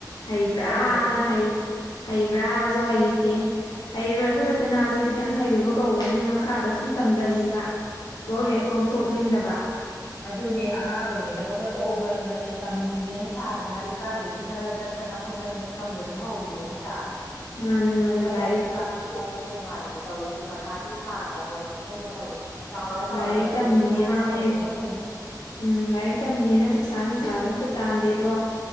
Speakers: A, on the left (about 70°); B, on the left (about 35°).
A: ꯍꯩꯕ꯭ꯔꯥꯅ
B: ꯑꯗꯨꯅꯦ
A: ꯍꯩ ꯍꯩꯕ꯭ꯔꯥꯁꯨ ꯍꯩꯇꯦ ꯍꯩꯔꯨꯔꯅꯨꯗꯅꯥꯁꯨ ꯈꯤꯇꯪ ꯍꯩꯔꯨꯕ ꯀꯧꯕꯅꯤꯅ ꯃꯈꯥꯗꯣ ꯁꯨꯝ ꯇꯝꯖꯅꯤꯡꯕ ꯇꯣꯛ
B: ꯃꯥꯅꯦ
A: ꯍꯦꯛ ꯇꯣꯛꯊꯣꯛꯅꯤꯡꯗꯕ
B: <unintelligible> ꯑꯗꯨꯅꯦ ꯑꯉꯥꯡ ꯑꯣꯏꯔꯤꯉꯩꯗ ꯕꯕꯠ ꯇꯣꯛꯍꯧꯕ꯭ꯔꯁꯨ ꯅꯠꯇꯦ ꯇꯝꯃꯤꯉꯦ ꯁꯥꯗꯅ ꯂꯩꯀꯥꯏꯗꯒꯤ ꯈꯔ ꯆꯠ ꯐꯠꯇꯅ ꯈꯣꯠꯇꯅ ꯍꯦꯛ ꯇꯝꯕꯁꯨ ꯍꯧꯔꯨꯔꯦ ꯅꯠꯇ꯭ꯔꯥ
A: ꯃꯥꯅꯦ ꯃꯥꯅꯦ
B: ꯍꯦꯛ ꯃꯌꯥꯏ
A: ꯂꯥꯏꯔꯤꯛ
B: ꯊꯤꯀꯥꯡ ꯇꯣꯛꯄꯁꯨ ꯅꯨꯡꯉꯥꯏꯇꯦ ꯇꯧꯔꯤꯁꯦ ꯃꯊꯥꯗꯤ ꯁꯥꯈ꯭ꯔ ꯄꯣꯠꯅꯦ ꯑꯩꯈꯣꯏꯅ ꯇꯧꯔꯤꯁꯦ ꯆꯥꯎꯔ ꯆꯥꯎꯔꯒ
A: ꯂꯥꯏꯔꯤꯛ
B: ꯍꯦꯜꯂꯤꯅꯦ
A: ꯇꯝꯃꯤꯅꯦꯅꯅꯦ
B: ꯑꯉꯥꯡ ꯑꯣꯏꯔꯤꯉꯩꯅ ꯐꯩꯅꯦ
A: ꯎꯝ ꯂꯥꯏꯔꯤꯛ ꯇꯝꯃꯤꯅꯦꯅ ꯄꯩꯁꯥ ꯅꯨꯡꯁꯥꯁꯨ ꯑꯝꯇ ꯇꯥꯟꯗꯦ ꯑꯗꯣ